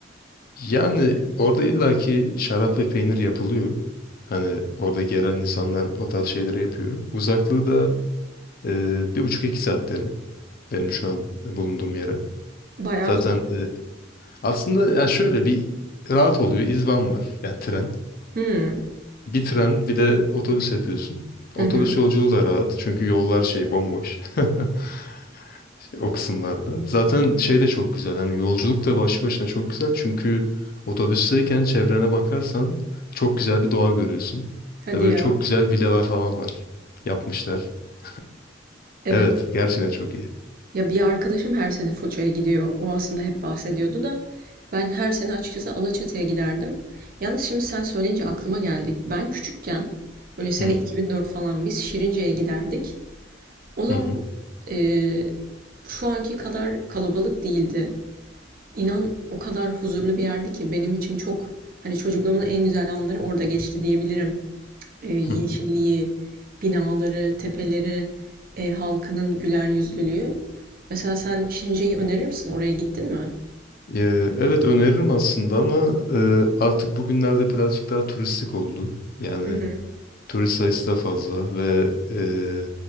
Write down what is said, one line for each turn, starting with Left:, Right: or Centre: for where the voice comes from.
Left: Yani orada illaki şarap ve peynir yapılıyor. Hani oradaki yerel insanlar o tarz şeyleri yapıyor. Uzaklığı da e, bir buçuk iki saat derim benim şu an bulunduğum yere.
Right: Bayağı
Left: Zaten
Right: uzak.
Left: e, Aslında ya şöyle bir rahat oluyor. İzban var. Yani tren.
Right: Hmm.
Left: Bir tren bir de otobüs yapıyorsun.
Right: Hı
Left: Otobüs
Right: hı.
Left: yolculuğu da rahat. Çünkü yollar şey bomboş. <laughs> O kısımlarda. Zaten şey de çok güzel. Hani yolculuk da başlı başına çok güzel. Çünkü otobüsteyken çevrene bakarsan çok güzel bir doğa görüyorsun.
Right: Hadi
Left: Ve böyle
Right: ya.
Left: çok güzel villalar falan var. Yapmışlar. <laughs>
Right: Evet.
Left: Evet. Gerçekten çok iyi.
Right: Ya bir arkadaşım her sene Foça'ya gidiyor. O aslında hep bahsediyordu da. Ben her sene açıkçası Alaçatı'ya giderdim. Yalnız şimdi sen söyleyince aklıma geldik. Ben küçükken böyle sene
Left: Hı
Right: 2004 falan biz Şirince'ye giderdik. O zaman
Left: hı.
Right: eee, şu anki kadar kalabalık değildi. İnan o kadar huzurlu bir yerdi ki benim için çok hani çocukluğumun en güzel anları orada geçti diyebilirim. Ee, yeşilliği,
Left: hı.
Right: binaları, tepeleri, e, halkının güler yüzlülüğü. Mesela sen Şirince'yi önerir misin? Oraya gittin mi?
Left: Ee, evet öneririm aslında ama e, artık bugünlerde birazcık daha turistik oldu. Yani
Right: Hı hı.
Left: turist sayısı da fazla ve e,